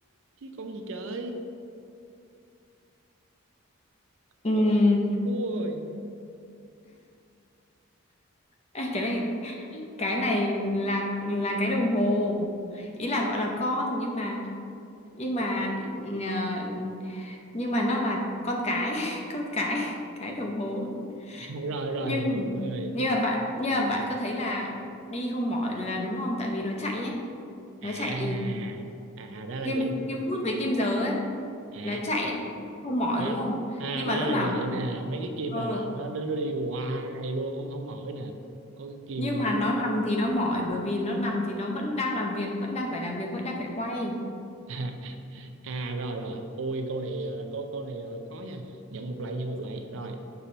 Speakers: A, on the right (about 60°); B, on the left (about 30°).
A: chứ con gì trời?
B: Ừm,
A: Ôi bà cua rồi.
B: ê, cái này cái này là là cái đồng hồ ý là gọi là con nhưng mà nhưng mà ờ, nhưng mà nó là con cái <laughs> con cái cái đồng hồ ấy.
A: <laughs> Rồi rồi
B: nhưng
A: hiểu rồi.
B: nhưng mà bạn nhưng mà bạn có thấy là đi không mỏi là đúng không tại vì nó chạy nhé
A: À
B: nó chạy
A: à à, ra là
B: kim
A: vậy.
B: kim phút với kim giờ ấy
A: À
B: nó chạy không mỏi
A: ra
B: đúng không
A: à
B: nhưng
A: ra
B: mà lúc
A: là
B: nào
A: vậy
B: nó
A: nè. Mấy cái kim
B: ờ,
A: là là nó nó đi hoài luôn không không mỏi nè. Có cái kim
B: nhưng mà nó nằm thì nó mỏi bởi vì nó nằm thì nó vẫn đang làm việc vẫn đang phải làm việc vẫn đang phải quay
A: à, <laughs> À rồi rồi, ui câu này ờ, câu câu này ờ, khó nha. Nhận một lạy nhận một lạy. Rồi.